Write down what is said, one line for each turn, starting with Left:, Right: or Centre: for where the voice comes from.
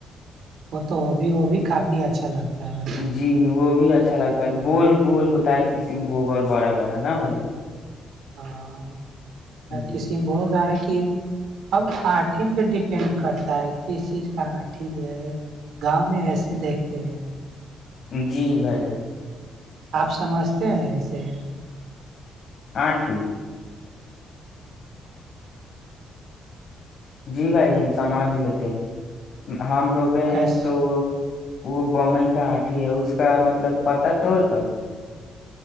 Right: وہ تو وہ بھی وہ بھی کافی اچھا لگتا ہے بھائی
Left: جی وہ بھی اچھا لگتا ہے گول گول ہوتا ہے کسیم بھوگ اور بڑا بڑا نا بھائی
Right: ہاں
Left: جی
Right: کسیم بوگ ہے کہ <unintelligible> ہمب آٹھی پہ ڈپینڈ کرتا ہے کس چیز کا آٹھی ہے گاؤں میں ایسے دیکھتے ہیں
Left: جی بھائی جان
Right: آپ سمجھتے ہیں اسے
Left: آٹھ جی بھائی ہم سمج لیتے ہیں ہم روپے ہیں
Right: کیس
Left: ایک تو وہ <unintelligible> وہ بمئی کا آٹھی ہے اس کا مطلب پتا توڑ کر